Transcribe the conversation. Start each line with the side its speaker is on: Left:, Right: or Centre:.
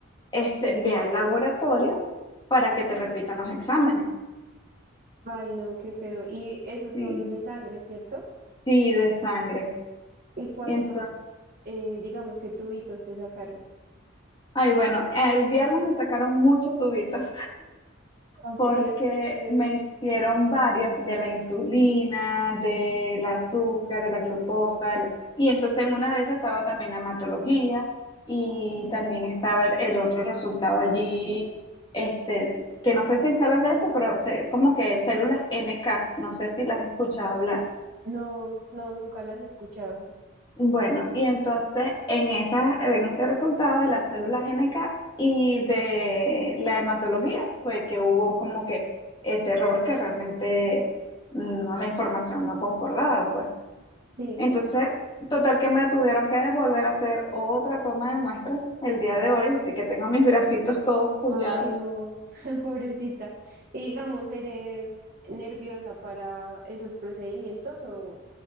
Left: Este,
Right: sí.
Left: ve al laboratorio para que te repitan los exámenes.
Right: Ay, no, qué feo. Y esos
Left: Sí,
Right: son de sangre, ¿cierto?
Left: sí, de sangre.
Right: ¿Y cuánto,
Left: Entonces,
Right: eh, digamos que tubitos te sacaron?
Left: ay, bueno, el viernes me sacaron muchos tubitos.
Right: Ok,
Left: porque
Right: feo.
Left: me hicieron varios de la insulina, del azúcar, de la glucosa, el- y entonces en una de esas estaba también la hematología y
Right: Sí.
Left: también estaba el, el otro resultado allí, este, que no sé si sabes de eso, pero sé- como que células NK, no sé si las has escuchado hablar.
Right: No, no, nunca las he escuchado.
Left: Bueno, y entonces en esa, en ese resultado de las células NK y de la hematología fue que hubo como que ese error que realmente no, la información no concordaba, pues.
Right: Sí.
Left: Entonces, total que me tuvieron que volver a hacer otra toma de muestra el día de hoy, así que tengo mis bracitos todos pullados.
Right: Ay, no, <laughs> pobrecita. Y digamos, ¿eres nerviosa para esos procedimientos o,